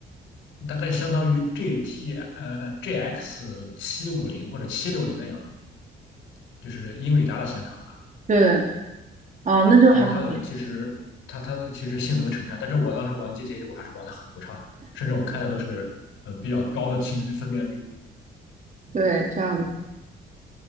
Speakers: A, on the left; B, on the right.
A: 大概相当于 GT 呃呃 GX 七五零或者七六零的样子，就是英伟达的显卡。
B: 对，啊、那就还好。
A: 其实它的其实它它的其实性能呈现，但是我当时玩 GTA 我还是玩的很流畅的，甚至我开的都是呃比较高的清分辨率。
B: 对，这样子，